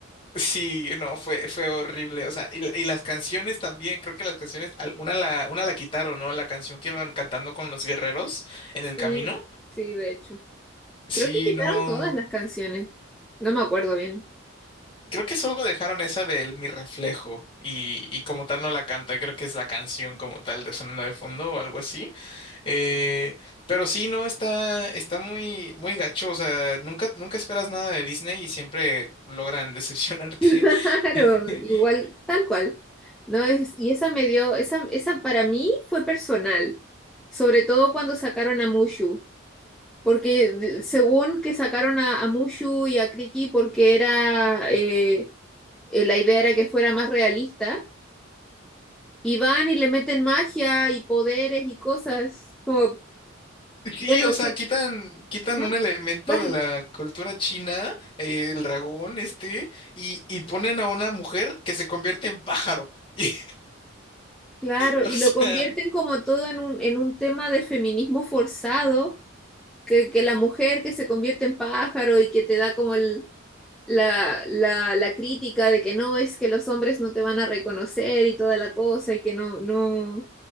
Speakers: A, on the left; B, in the centre.
A: sí, no, fue, fue horrible, o sea, y, la- y las canciones también, creo que las canciones, al- una la, una la quitaron, ¿no? La canción que iban cantando con los guerreros en
B: Sí,
A: el camino.
B: sí, de hecho.
A: Sí,
B: Creo que quitaron
A: no.
B: todas las canciones. No me acuerdo bien. <laughs>
A: Creo que solo dejaron esa del Mi Reflejo y, y como tal no la canta, creo que es la canción como tal de sonando de fondo o algo así. Eh, pero sí, no, está, está muy, muy gacho, o sea, nunca, nunca esperas nada de Disney y siempre logran decepcionarte.
B: Claro,
A: <laughs>
B: igual, tal cual. No es, y esa me dio, esa, esa para mí fue personal, sobre todo cuando sacaron a Mushu, porque de- según que sacaron a, a Mushu y a Kriki porque era eh, eh, la idea era que fuera más realista Y van y le meten magia y poderes y cosas. Como,
A: Sí,
B: bueno,
A: o sea,
B: no,
A: quitan, quitan
B: no,
A: un elemento
B: <laughs> ah,
A: de la cultura china, eh, el dragón este, y, y ponen a una mujer que se convierte en pájaro. <laughs> Y,
B: claro,
A: o
B: y
A: sea...
B: lo convierten como todo en un, en un tema de feminismo forzado, que, que la mujer que se convierte en pájaro y que te da como el, la, la, la crítica de que no, es que los hombres no te van a reconocer y toda la cosa y que no, no,